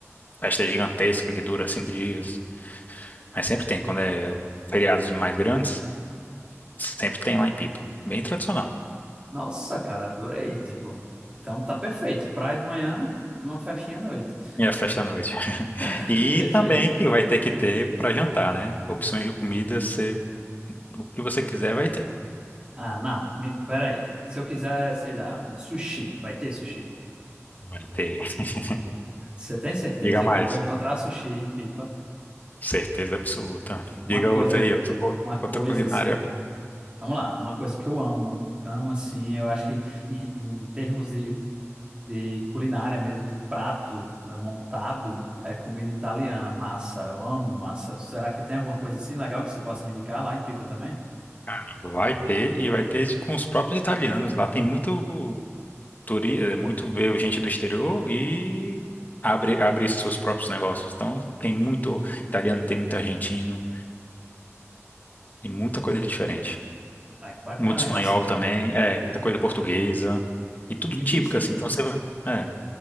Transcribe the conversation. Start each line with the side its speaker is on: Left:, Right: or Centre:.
Left: festa gigantesca que dura cinco dias, mas sempre tem, quando é feriados mais grandes, Sempre tem lá em Pipa. Bem tradicional.
Right: Nossa, cara, adorei. Tipo, então tá perfeito. Praia de manhã e uma festinha à noite.
Left: E a festa à noite. <laughs>
Right: <laughs>
Left: E
Right: Perfeito.
Left: também que vai ter que ter para jantar, né? Opções de comida, você- o que você quiser vai ter.
Right: Ah, não, me, peraí. Se eu quiser, sei lá, um sushi, vai ter sushi.
Left: Vai ter. <laughs>
Right: Você tem certeza
Left: Diga mais.
Right: que eu vou encontrar sushi em Pipa?
Left: Certeza absoluta.
Right: Uma
Left: Diga
Right: coisa,
Left: outra aí, outra,
Right: uma coisa
Left: outra culinária.
Right: assim. Vamos lá, uma coisa que eu amo. Amo assim, eu acho que em, em termos de de culinária mesmo, de prato né, montado, é comida italiana, massa. Eu amo massa. Será que tem alguma coisa assim legal que você possa me indicar lá em Pipa também?
Left: Cara, vai ter e vai ter com os próprios italianos. Lá tem muito turi, é, muito veio gente do exterior e abre abre seus próprios negócios. Então tem muito italiano, tem muito argentino, tem muita coisa diferente.
Right: Ah, que bacana,
Left: Muito espanhol
Right: cara. Cê-
Left: também, é, muita coisa portuguesa. E tudo
Right: Me
Left: típico,
Right: diz,
Left: assim. Então você vai. É.